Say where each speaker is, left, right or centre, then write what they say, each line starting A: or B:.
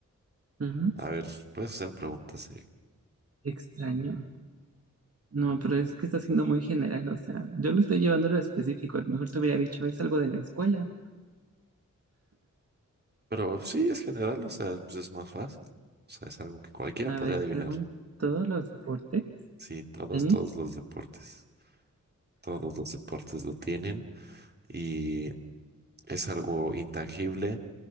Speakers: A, on the right; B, on the right.
A: ujú.
B: A ver, puedes hacer preguntas, eh,
A: Extraño. No, pero es que está siendo muy general, o sea, yo lo estoy llevando a lo específico. A lo mejor te hubiera dicho, es algo de la escuela.
B: Pero sí, es general, o sea, pues es más fácil. O sea, es algo que cualquiera
A: A
B: podría
A: ver,
B: adivinar.
A: es algo en todos los deportes.
B: Sí, todos,
A: Tenis,
B: todos los deportes, todos los deportes lo tienen y es algo intangible